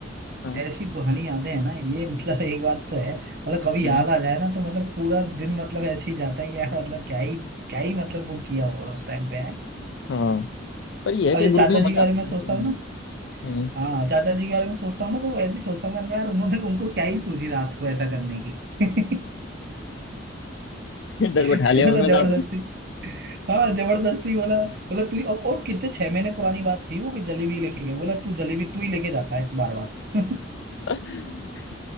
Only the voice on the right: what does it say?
ऐसी पुरानी यादें हैं ना ये मतलब एक बात तो है मतलब कभी
याद आ जाए ना तो मतलब पूरा दिन मतलब ऐसे ही जाता है कि यार मतलब क्या ही क्या ही मतलब वो किया हुआ उस टाइम पे है।
अब
ये
चाचा
जी के बारे
में
सोचता
हूँ ना
हाँ चाचा जी के बारे में सोचता हूँ ना तो वो ऐसी सोचता हूँ मैंने कहा, यार उन्होंने उनको क्या ही सूझी रात को ऐसा करने की <laughs>
मतलब
जबरदस्ती
हाँ जबरदस्ती बोला बोला तू ही- अब और कितने छह महीने पुरानी बात थी वो कि जलेबी लेके गए बोला तू जलेबी तू ही लेके जाता है बार बार <laughs>